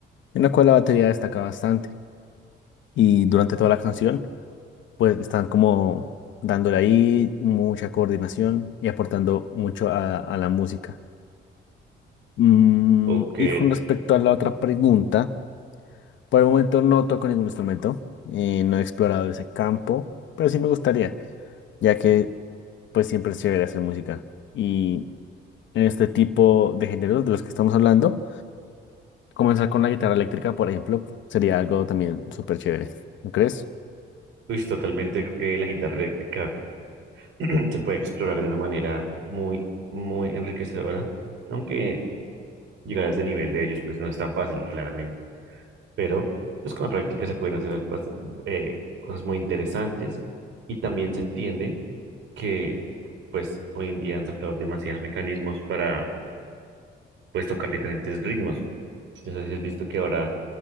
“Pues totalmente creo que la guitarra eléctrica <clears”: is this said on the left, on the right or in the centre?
Right